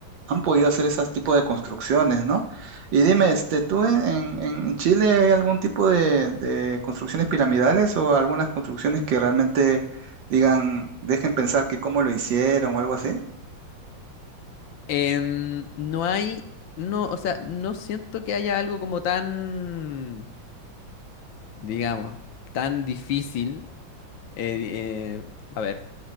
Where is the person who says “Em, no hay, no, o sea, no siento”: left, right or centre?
Left